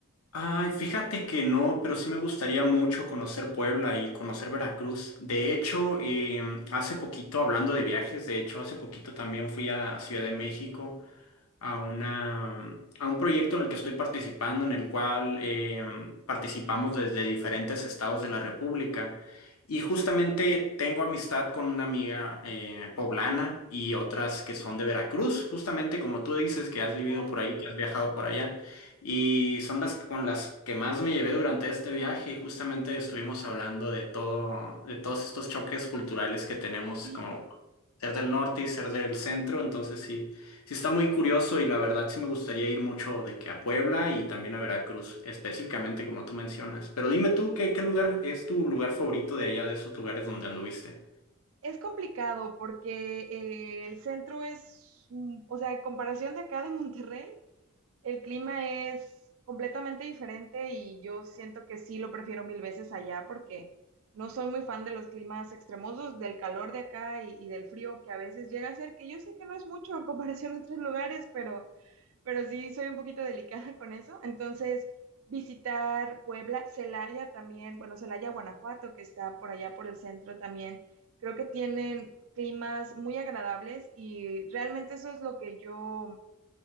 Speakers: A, on the left; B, on the right.
A: Ay, fíjate que no, pero sí me gustaría mucho conocer Puebla y conocer Veracruz. De hecho, eh, hace poquito, hablando de viajes, de hecho, hace poquito también fui a, a Ciudad de México. a una, a un proyecto en el que estoy participando, en el cual eh, participamos desde diferentes estados de la República. Y justamente tengo amistad con una amiga eh, poblana y otras que son de Veracruz, justamente como tú dices, que has vivido
B: Ah,
A: por
B: ya.
A: ahí, que has viajado por allá. Y son las con las que más me llevé durante este viaje y justamente estuvimos hablando de todo, de todos estos choques culturales que tenemos
B: Sí,
A: como ser del norte y ser del centro. Entonces sí, sí está muy curioso y la verdad sí me gustaría ir mucho de que a Puebla y también a Veracruz, específicamente como tú mencionas. Pero dime tú, ¿qué, qué lugar es tu lugar favorito de allá de esos lugares donde anduviste?
B: es complicado porque eh, el centro es, mm, o sea, en comparación de acá de Monterrey, El clima es completamente diferente y yo siento que sí lo prefiero mil veces allá porque no soy muy fan de los climas extremosos, del calor de acá y, y del frío que a veces llega a ser, que yo sé que no es mucho en comparación a otros lugares, pero, pero sí soy un poquito delicada <laughs> con eso. Entonces, visitar Puebla, Celaya también, bueno, Celaya, Guanajuato, que está por allá por el centro también, creo que tienen climas muy agradables y realmente eso es lo que yo